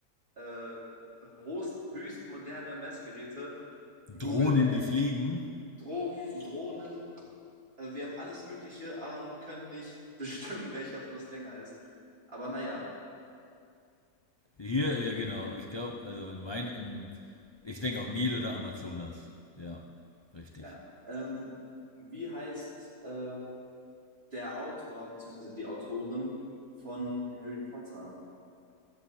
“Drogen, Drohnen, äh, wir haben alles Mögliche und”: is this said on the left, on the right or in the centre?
Right